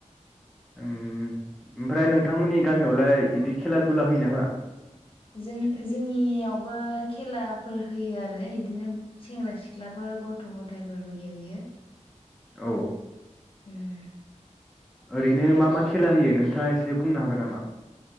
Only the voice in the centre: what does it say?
उम ओमफ्राय नोंथांमोननि गामियावलाय बिदि खेला दुला होयोना होआ?
औ
ओरैनो मा मा खेला होयो नोंथाङा एसे बुंनो हागोन नामा?